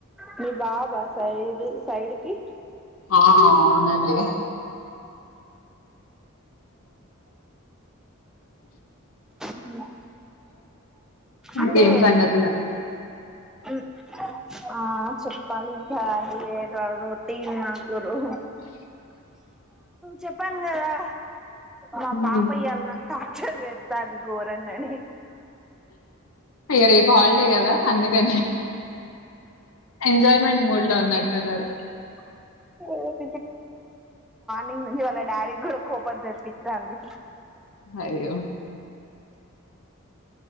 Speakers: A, in the centre; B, on the left.
A: మీ బాబా సైడ్ సైడ్కి
B: ఆ అవునండి
A: మ్మ్ హు
B: ఇంకేం
A: అంటే
B: సంగతులు
A: మ్ ఆ చెప్పాలి ఇంకా నీవే. అ రొటీన్ మా కురు చెప్పాను కదా మా పాప
B: మ్
A: ఇయ్యాల నన్ టార్చర్ చేత్తాంది ఘోరంగనే
B: ఇగ రేపు హాలిడే కదా అందుకని ఎంజాయ్మెంట్ మూడ్ లో ఉన్నట్టున్నారు
A: <unintelligible> నిన్నుంచి వాళ్ళ డాడీక్కూడా కోపం తెప్పిస్తాంది
B: అయ్యో!